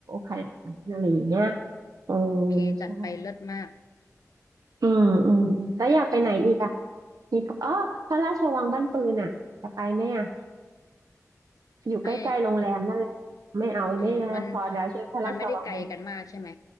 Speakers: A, on the right; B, on the left.
A: ขนาดนั้นอะไรอย่างเงี้ยเออ
B: โอเคจัดไปเลิศมาก
A: ใช่อืมอืมอืมแล้วอยากไปไหนอีกอ่ะมีปะอ๋อพระราชวังบ้านปืนอ่ะจะไปไหมอ่ะอยู่ใกล้ๆโรงแรมนั่นแหละไม่เอาไม่นะพอแล้วใช่ไหมพระราชวัง
B: ไม่อืมมันมันไม่ได้ไกลกันมากใช่ไหม